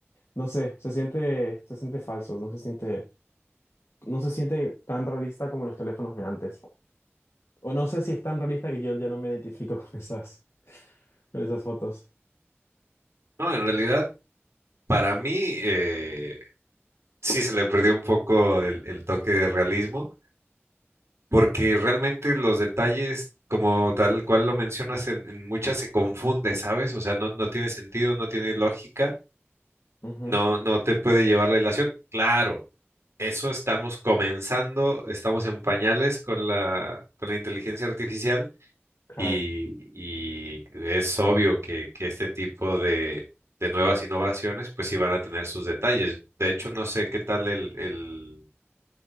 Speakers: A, on the left; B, on the right.
A: no sé, se siente, se siente falso, no se siente... no se siente tan realista como los teléfonos de antes. O no sé si es tan realista que yo ya no me identifico <laughs> con esas, con esas fotos.
B: No, en realidad, para mí, eh, sí se le perdió un poco el, el toque de realismo. porque realmente los detalles, como tal cual lo mencionas, en, en muchas se confunde, ¿sabes? O sea, no, no tiene sentido, no tiene lógica,
A: Ujú,
B: no, no te puede llevar la ilación. Claro, eso estamos comenzando, estamos en pañales con la, con la inteligencia artificial
A: claro.
B: y, y es obvio que, que este tipo de, de nuevas innovaciones, pues sí van a tener sus detalles. De hecho, no sé qué tal el, el